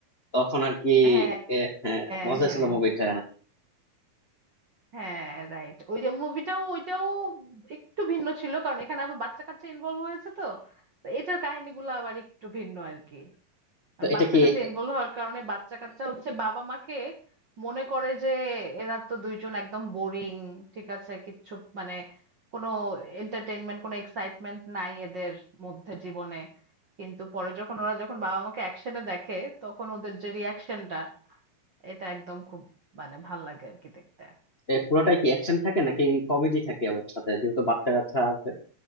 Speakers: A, on the left; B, on the right.
A: তখন আর কি
B: হ্যাঁ,
A: এ, হ্যাঁ
B: হ্যাঁ,
A: মজা
B: হ্যাঁ,
A: ছিল মুভিটা
B: হ্যাঁ, right ওই যে মুভিটাও ওইটাও একটু ভিন্ন ছিল কারণ এখানে আবার বাচ্চা কাচ্চা ইনভলভ হয়েছে তো তো এটার কাহিনীগুলো আবার একটু ভিন্ন আর কি
A: তো
B: আর
A: এটা
B: বাচ্চা
A: কি
B: কাচ্চা
A: এ,
B: ইনভলভ হওয়ার কারণে বাচ্চা কাচ্চা হচ্ছে বাবা মাকে মনে করে যে এরা তো দুইজন একদম বোরিং ঠিক আছে কিচ্ছু মানে কোনো এন্টারটেনমেন্ট কোনো এক্সাইটমেন্ট নাই এদের মধ্যে জীবনে কিন্তু পরে যখন ওরা যখন বাবা মাকে অ্যাকশনে দেখে তখন ওদের যে রিয়াকশনটা এটা একদম খুব মানে ভাল লাগে আর কি দেখতে
A: এ, পুরোটাই কি অ্যাকশন থাকে নাকি কমেডি থাকে আবার সাথে যেহেতু বাচ্চা কাচ্চা আছে।